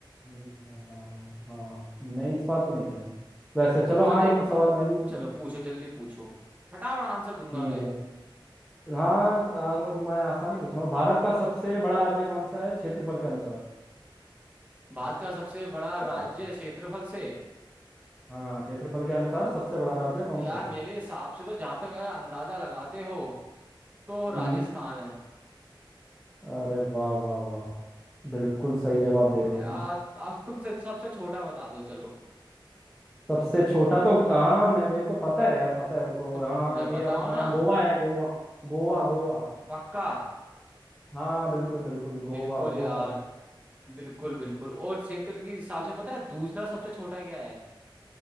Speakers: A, in the centre; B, on the right.
A: हाँ हाँ हाँ हाँ नहीं इस बार तो नहीं गया मैं वैसे चलो हाँ
B: चल तुम
A: एक सवाल मैं भी पूछूं
B: चलो पूछो जल्दी पूछो फटाफट आंसर दूंगा
A: ठीक
B: मैं
A: है हाँ आ, म- मैं आसानी पूछ रहा हूँ भारत का सबसे बड़ा राज्य कौन सा है क्षेत्रफल के अनुसार
B: भारत का सबसे बड़ा राज्य
A: बता दो
B: क्षेत्रफल से
A: हाँ क्षेत्रफल के अनुसार सबसे
B: अ,
A: बड़ा राज्य कौन
B: यार
A: सा है
B: मेरे हिसाब से तो जहां तक अगर अंदाजा लगाते हो तो राजस्थान
A: हम्म
B: है
A: अरे वाह वाह वाह बिल्कुल सही जवाब दे रहे हो
B: यार
A: तुम
B: अब तुमसे सबसे छोटा बता दो चलो
A: सबसे छोटा तो हाँ मैं मेरे को पता है यार पता है रुको
B: तो
A: हाँ
B: जब
A: ये
B: बताओ
A: अपना
B: ना
A: गोवा है गोवा गोवा गोवा
B: अ, पक्का
A: हाँ बिल्कुल बिल्कुल गोवा
B: बिल्कुल
A: गोवा
B: यार
A: है
B: बिल्कुल बिल्कुल और क्षेत्र के हिसाब से पता है दूसरा सबसे छोटा क्या है